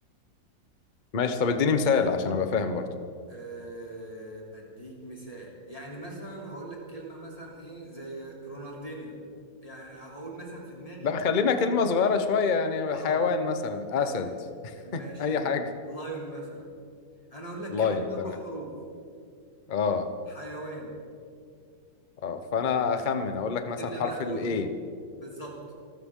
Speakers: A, on the left (about 40°); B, on the left (about 20°).
A: ماشي طب اديني مثال عشان ابقى فاهم برضو
B: آه، اديك مثال يعني مثلا هقول لك كلمه مثلا ايه زي رونالدينيو يعني هقول مثلا في دماغي
A: لا
B: كلمه
A: خلينا كلمة صغيرة شوية يعني
B: حاضر
A: حيوان مثلا اسد
B: آه، آه، ماشي
A: <laughs> اي حاجة
B: لايون مثلا انا اقول لك
A: لاين
B: كلمه من اربع
A: تمام
B: حروف
A: اه
B: حيوان
A: اه فانا اخمن اقول لك مثلا
B: تبدا
A: حرف
B: بقى تقول
A: الاي
B: لي بالظبط